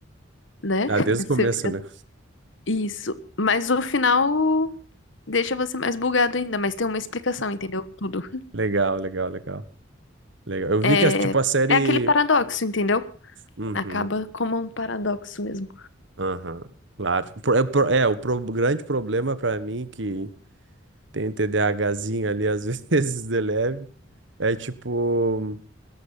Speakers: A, on the left (about 70°); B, on the right (about 65°).
A: né?
B: Ah,
A: <laughs>
B: desde o
A: Você
B: começo,
A: fica...
B: né?
A: Isso. Mas o final deixa você mais bugado ainda, mas tem uma explicação, entendeu? Tudo.
B: Legal, legal, legal. Legal. Eu vi
A: É,
B: que, tipo, a série.
A: é aquele paradoxo, entendeu?
B: Uhum,
A: Acaba como um paradoxo mesmo.
B: aham, claro. Pro- É, pro- é, o pro- grande problema pra mim que tem TDAHzinho ali, às <laughs> vezes, de leve. É tipo,